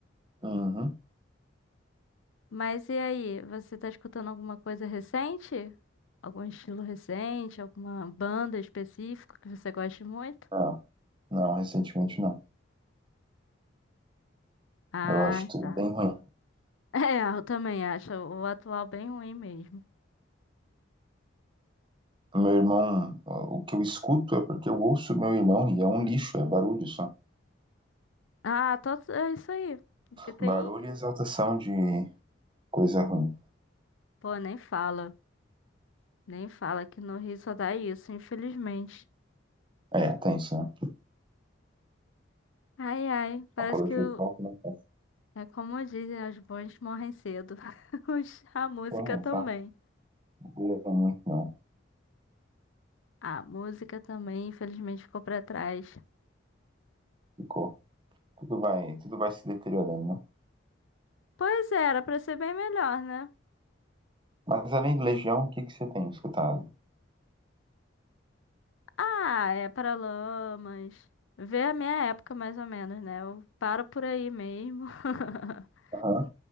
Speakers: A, on the right; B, on the left.
A: Uhum.
B: Mas e aí, você tá escutando alguma coisa recente? Algum estilo recente? Alguma banda específica que você goste muito?
A: Não, não, recentemente não.
B: Ah,
A: Eu acho tudo
B: tá.
A: bem
B: <laughs>
A: ruim.
B: É, eu também acho o atual bem ruim mesmo.
A: Meu irmão, o que eu escuto é porque eu ouço meu irmão e é um lixo, é barulho só.
B: Ah, tô, é isso aí. Porque tem.
A: Barulho e exaltação de coisa ruim.
B: Pô, nem fala. Nem fala que no Rio só dá isso, infelizmente.
A: É, tem isso, né?
B: Ai, ai, parece
A: Apologia
B: que o-
A: só que não faz
B: é como dizem, os bons morrem cedo. <laughs> Os- A música
A: tem
B: também.
A: essa boa muito não.
B: A música também, infelizmente, ficou pra trás.
A: Ficou. Tudo vai, tudo vai se deteriorando, né?
B: Pois é, era pra ser bem melhor, né?
A: Mas além do Legião, o que que você tem escutado?
B: Ah, é para lamas. Vê a minha época mais ou menos, né? Eu paro por aí mesmo. <laughs>
A: Aham,